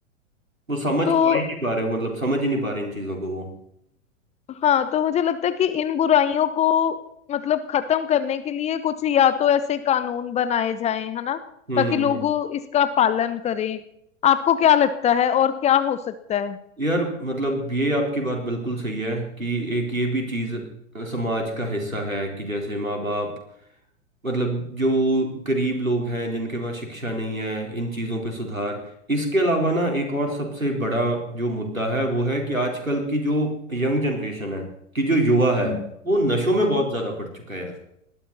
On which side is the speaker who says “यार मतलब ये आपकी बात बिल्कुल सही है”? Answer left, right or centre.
Right